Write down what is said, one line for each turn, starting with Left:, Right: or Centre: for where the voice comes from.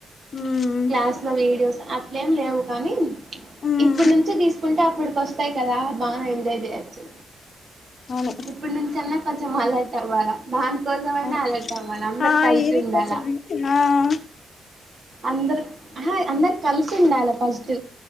Left: ఉమ్
Right: క్లాస్ లో వీడియోస్ ఆ అట్లే లేవు కానీ
Left: ఉమ్
Right: ఇప్పుడు నుంచి తీసుకుంటే అప్పటికి వస్తాయి కదా బాగా ఎంజాయ్ చెయ్యొచ్చు
Left: అవునే
Right: ఇప్పుడు నుంచి అన్నా కొంచెం అలర్ట్ అవ్వాలా దానికోసం ఐన
Left: అవును
Right: అలర్ట్ అవ్వాలి అందరు
Left: ఆ
Right: కలిసి
Left: ఏవి
Right: ఉండాల
Left: కోసమే ఆ
Right: అందరు ఆహా అందరు కలిసి ఉండాల ఫస్ట్